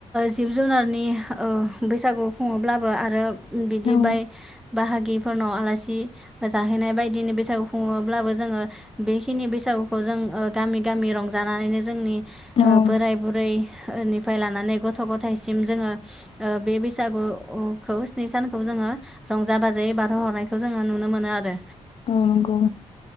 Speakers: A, in the centre; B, on the left (about 50°).
A: जिब जुनारनि ओ बैसागु खुङोब्ला बो आरो बिदिबाय
B: औ
A: बाहागिफोरनाव आलासि जाहैनाय बायदिनि बैसागु खुङोब्लाबो जोङो बेखिनि बैसागुखौ जों ओ गामि गामि रंजानानैनो जोंनि ओ
B: औ नंगौ
A: बोराय बुरै निफ्राय लानानै गथ' गथायसिम जोङो ओ बे बैसागु खौ स्नि सानखौ जोङो रंजा बाजायै बारह हरनाय बे खौखौ जोङो नुनो मोनो आरो
B: औ नंगै